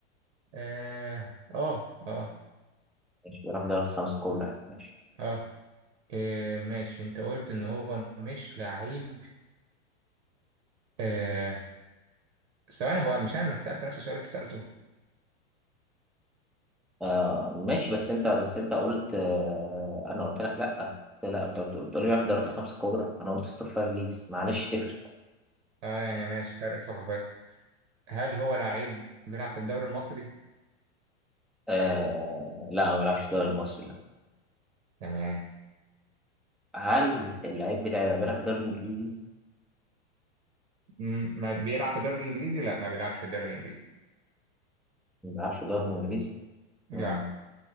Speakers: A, on the right; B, in the centre.
A: اه اه, آه.
B: ماشي بيلعب في دوري الخمسه الكبرى يعني ماشي
A: آه. آه، ماشي انت قلت ان هو مش لعيب آه. ثواني هو مش انا اللي سألت نفس السؤال اللي انت سألته
B: آه ماشي بس انت بس انت قلت آه انا قلت لك لا قلت لا انت بت- بتقول لي بيلعب في الدوريات الخمس الكبرى انا قلت ستور فايف ليجز معلش تفرق
A: اه يعني ماشي فرق ثقافات هل هو لعيب بيلعب في الدوري المصري؟
B: آه لا ما بيلعبش في الدوري المصري لا
A: تمام
B: هل اللعيب بتاعي ده بيلعب في الدوري الانجليزي؟
A: مم، ما بيلعب في الدوري الانجليزي؟ لا ما بيلعبش في الدوري الانجليزي
B: ما بيلعبش في الدوري الانجليزي؟
A: لا
B: مم.